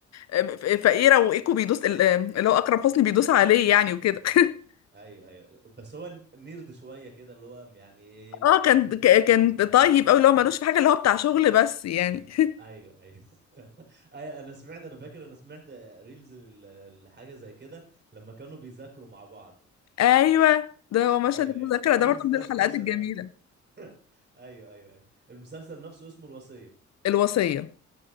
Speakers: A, on the left (about 60°); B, on the right (about 35°).
A: آم، ف- فقيرة وإيكو بيدوس ال- آم، اللي هو أكرم حسني بيدوس عليه يعني وكده <laughs>
B: ايوه ايوه بس هو نيرد شويه كده اللي هو يعني ايه ما
A: اه كان ك- كان طيب أوي اللي هو ملوش في حاجة اللي هو بتاع شغل بس يعني <laughs>
B: ايوه ايوه <laughs> ايوه انا سمعت انا فاكر انا سمعت ريلز لل- لحاجه زي كده لما كانوا بيذاكروا مع بعض
A: ايوه ده هو مشهد
B: ايوه
A: المذاكره
B: الريلز
A: ده برضه من
B: ده
A: الحلقات
B: انتشر
A: الجميله
B: قوي <laughs> ايوه ايوه ايوه المسلسل نفسه اسمه الوصية
A: الوصيه